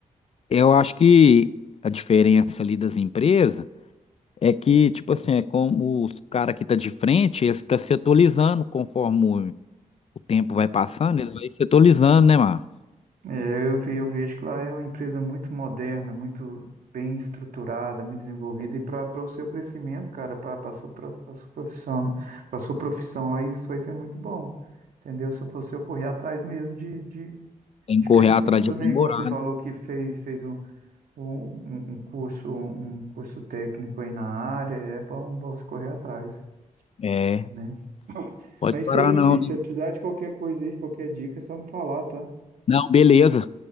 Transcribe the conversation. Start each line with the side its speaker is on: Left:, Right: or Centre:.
Left: eu acho que a diferença ali das empresas é que, tipo assim, é como os caras que tá de frente, eles estão se atualizando conforme o tempo vai passando, eles vão se atualizando, né, Márcio?
Right: É, eu vi, eu vejo que lá é uma empresa muito moderna, muito bem estruturada, muito desenvolvida, e para o seu crescimento, cara, para a sua, pro- pra sua profissão, para sua profissão lá, isso vai ser muito bom, entendeu? Se eu fosse eu correr atrás mesmo de, de,
Left: Tem
Right: de
Left: que correr
Right: crescimento,
Left: atrás de aprimorar,
Right: né? Igual você falou
Left: né?
Right: que fez, fez um, um, um um curso, um curso técnico aí na área, é bom, bom você correr atrás,
Left: É,
Right: né? <coughs>
Left: pode
Right: Mas é isso
Left: parar
Right: aí, meu
Left: não.
Right: filho, se você precisar de qualquer coisa aí, de qualquer dica, é só me falar, tá?
Left: Não, beleza.